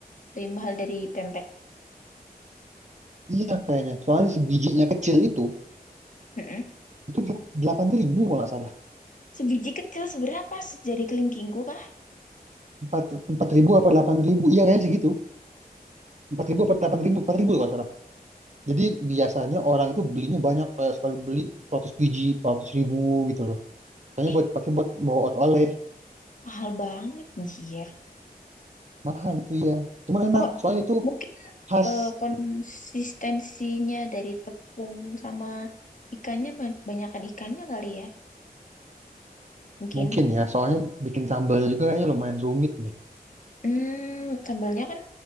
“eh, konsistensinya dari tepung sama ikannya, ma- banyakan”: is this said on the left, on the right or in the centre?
Left